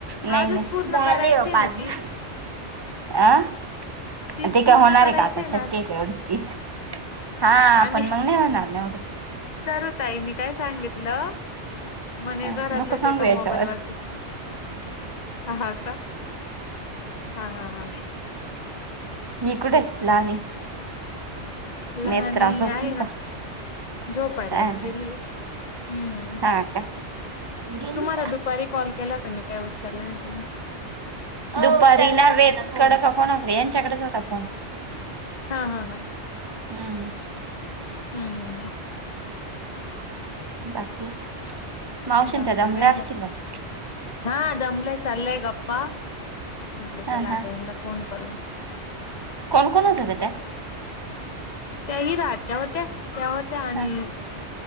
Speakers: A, on the right; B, on the left.
A: नाही
B: आजच
A: नाही,
B: पूर्ण
A: झाले
B: करायची
A: हो
B: आहे
A: पाच
B: ना तीस
A: झाले अं?
B: तीस
A: अन् ते
B: पूर्ण
A: काय होणार
B: करायची
A: आहे का आता,
B: ना
A: शक्य
B: आज
A: आहे का एवढी तीस? हा, आपण
B: आम्ही
A: मंग नाही होणार ना एवढं.
B: सरू ताईनी काय सांगितलं म्हणे
A: ह
B: घरातलंच
A: नको सांगू
B: एका
A: याच्यावर
B: मोबाईल वरती ह हा का,, हा हा हा.
A: इकडे
B: तेच तर
A: लहानी.
B: लहानी
A: नेत्रा झोपली
B: आहे ना
A: का?
B: झोपायलाच
A: अ ह
B: गेलीये,, हम्म.
A: हा का? गेली
B: तुम्हाला
A: का?
B: दुपारी कॉल केला होता मी, काय उचलला नाही तुम्ही.
A: दुपारी नावेत, कड कोणाकडे यांच्याकडेच होता फोन.
B: हा हा हा
A: हम्म
B: हम्म हम्म.
A: बाकी मावशी
B: बाकी
A: न त्या दमल्या
B: काही नाही,,
A: असतील बाई
B: हा दमलंय चाललंय गप्पा म्हटलं
A: हा
B: चला
A: हा
B: आता यंनला फोन करू.
A: कोण कोण होतं ग त्यात?
B: त्याही राहत्या होत्या, त्या होत्या आणि
A: हा